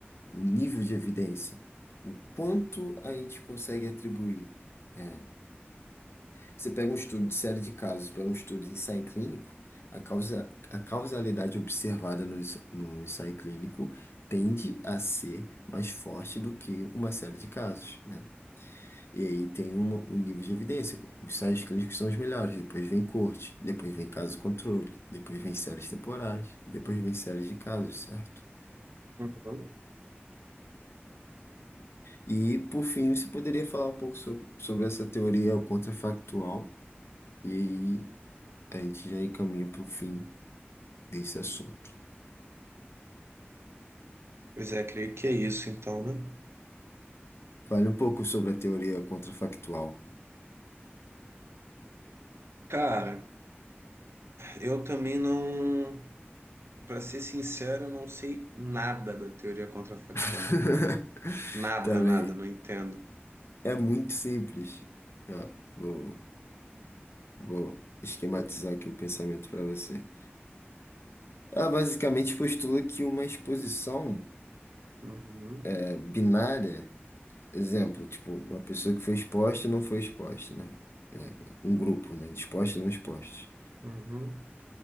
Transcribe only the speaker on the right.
uhum.
Pois é, creio que é isso então, né?
Cara, eu também não. Pra ser sincero, eu não sei nada da teoria contrafactual.
Nada,
nada, não entendo.
Uhum,
uhum.